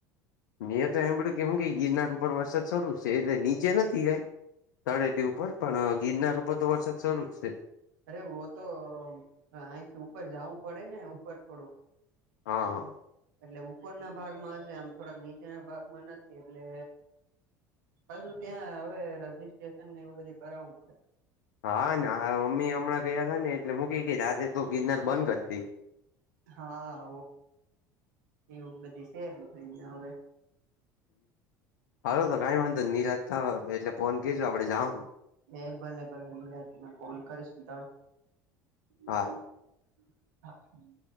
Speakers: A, on the left (about 70°); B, on the right (about 75°).
A: મેં તો સાંભળ્યુ કે સુ કે ગિરનાર ઉપર વરસાદ શરૂ છે એટલે નીચે નથી કંઈ તળેટી ઉપર પણ ગીરનાર ઉપર તો વરસાદ શરૂ જ છે.
B: અરે વ તો અહીથી ઉપર જવું પડે ને ઉપર થોડુંક
A: હા હ
B: એટલે ઉપરના ભાગમાં હશે આમ થોડાક નીચેના ભાગમાં નથી એટલે પાછું ત્યાં હવે રજીસ્ટ્રેશનને એવું બધું કરાવું પડે.
A: હા મમ્મી હમણાં ગયા હતા ને એટલે હું કે કે રાતે તો ગિરનાર બંધ કરી દે
B: હા એવું બધી છે બધું ન્યા હવે
A: હાલો તો કંઈ વાંધો નિ નિરાંત થાય એટલે ફોન કરજો આપડે જાહું
B: એ ભલે ભલે નિરાંતના ફોન કરીશું <unintelligible>
A: હા
B: <inaudible>